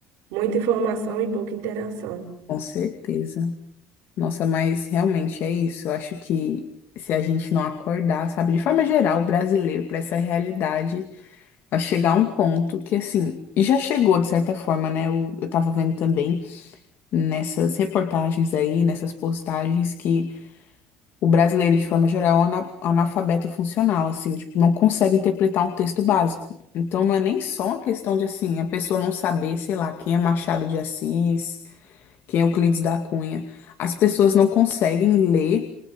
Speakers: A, on the right; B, on the left.
A: muita informação e pouca interação.
B: Com certeza. Nossa, mas realmente é isso. Eu acho que se a gente não acordar, sabe, de forma geral, o brasileiro, para essa realidade. a chegar a um ponto que, assim, e já chegou de certa forma, né? Eu, eu tava vendo também nessas reportagens aí, nessas postagens, que o brasileiro, de forma geral, é um ana- analfabeto funcional, assim, tipo, não consegue interpretar um texto básico. Então, não é nem só uma questão de, assim, a pessoa não saber, sei lá, quem é Machado de Assis, quem é Euclides da Cunha. As pessoas não conseguem ler.